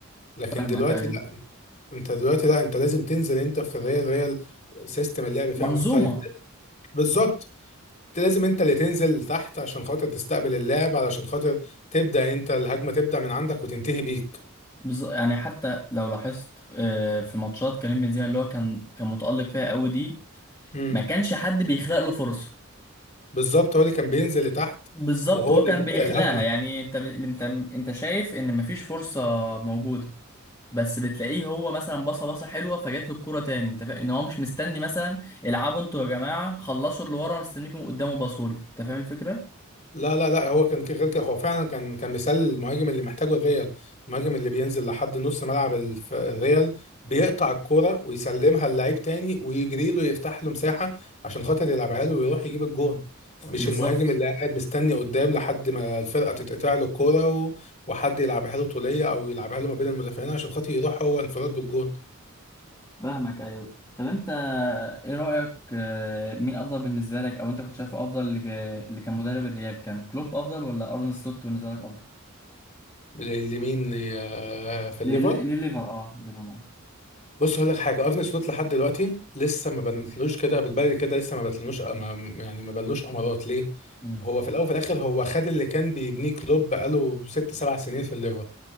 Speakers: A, on the left; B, on the left.
A: لكن
B: فاهمك
A: دلوقتي
B: ايوه
A: انت دلوقتي لا انت لازم تنزل انت في الريال ريال سيستم اللعب فيها
B: منظومة
A: مختلف بالظبط انت لازم انت اللي تنزل تحت عشان خاطر تستقبل اللعب علشان خاطر تبدا انت الهجمه تبدا من عندك وتنتهي بيك
B: بز... يعني حتى لو لاحظت آه، في ماتشات كريم بنزيما اللي هو كان كان متألق فيها قوي دي
A: امم
B: ما كانش حد بيخلق له فرصة
A: بالظبط هو اللي كان بينزل لتحت
B: بالظبط
A: وهو
B: هو
A: اللي
B: كان
A: بيبدا
B: بإخلاقها
A: الهجمه
B: يعني انت ب... انت انت شايف ان مفيش فرصة موجودة بس بتلاقيه هو مثلا بصه بصه حلوه فجات له الكوره تاني انت فاهم ان هو مش مستني مثلا العبوا انتوا يا جماعه خلصوا اللي ورا مستنيكم قدامه باصولي انت فاهم الفكره
A: لا لا لا هو كان غير كده هو فعلا كان كان مثال للمهاجم اللي محتاجه الريال المهاجم اللي بينزل لحد نص ملعب الف- الريال بيقطع الكرة ويسلمها للعيب تاني ويجري له يفتح له مساحة عشان خاطر يلعبها له ويروح يجيب الجون مش
B: بالظبط
A: المهاجم اللي قاعد مستني قدام لحد ما الفرقة تتقطع له الكرة و- وحد يلعبها له طولية أو يلعبها له ما بين المدافعين عشان خاطر يروح هو انفراد بالجون
B: فاهمك ايوه طب انت ايه رايك آه، مين افضل بالنسبه لك او انت كنت شايفه افضل اللي, جا- اللي كان مدرب الريال كان كلوب افضل ولا ارن سلوت بالنسبه لك افضل
A: ل- لمين ل- آه، في
B: لل-
A: الليفر
B: للليفر اه الليفر معلش
A: بص هقول لك حاجه ارني سلوت لحد دلوقتي لسه ما بنتلوش كده بالبلدي كده لسه ما بنتلوش ما يعني ما بنلوش امارات ليه
B: مم.
A: هو في الاول وفي الاخر هو خد اللي كان بيبنيه كلوب بقاله ست سبع سنين في الليفر